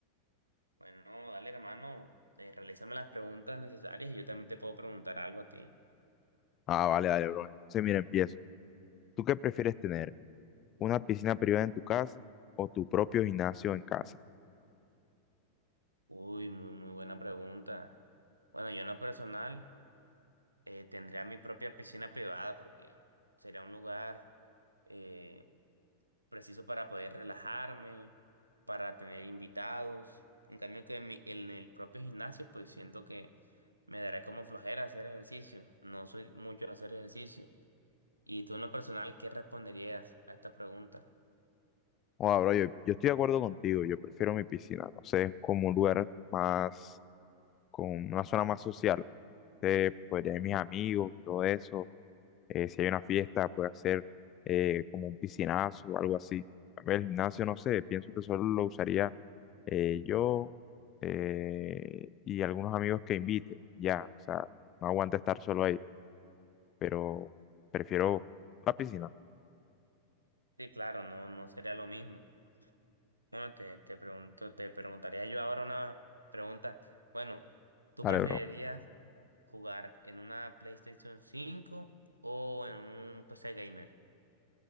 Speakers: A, on the right (about 80°); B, on the left (about 30°).
A: Bueno, dale hermano, eh, realízame las preguntas necesarias y yo también te puedo preguntar algo a ti.
B: Ah, vale, dale, bro. Entonces, mira, empiezo. ¿Tú qué prefieres tener? ¿Una piscina privada en tu casa o tu propio gimnasio en casa?
A: Uy, muy, muy buena pregunta. Bueno, yo en lo personal eh, tendría mi propia piscina privada porque sería un lugar, eh, preciso para poder relajarme, para tener invitados. En cambio que en, mi- en el propio gimnasio, pues siento que me dará como flojera hacer ejercicio. No soy mucho de hacer ejercicio. Y tú en lo personal, ¿qué responderías a esta pregunta?
B: Joder, bro, yo, yo estoy de acuerdo contigo. Yo prefiero mi piscina, no sé, como un lugar más, con una zona más social. Eh, podría ir mis amigos y todo eso eh, si hay una fiesta, puede hacer eh, como un piscinazo o algo así. También el gimnasio, no sé, pienso que solo lo usaría eh, yo eh, y algunos amigos que invite, ya, o sea, no aguanta estar solo ahí, pero prefiero la piscina.
A: Sí, claro, no, no sería lo mismo. Bueno, te, te pregunto, te preguntaría yo ahora una pregunta. Bueno, ¿tú
B: Dale,
A: preferirías
B: bro.
A: jugar en una PlayStation 5 o en un PC gamer?